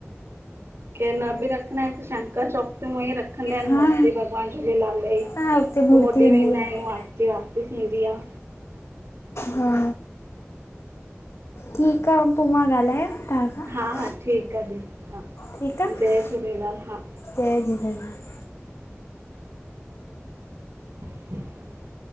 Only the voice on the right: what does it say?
के न बि रखंदा इन त शंकर चौक ते ऊअंईं रखंदा आहिनि
मूर्ती भॻवानु झूलेलाल जी।
पो
होॾे
वेंदा
आहियूं, आरत ॿारती थींदी आ।
हा हा ठीकु ठीकु आ,
जय झूलेलाल हा।
<inaudible>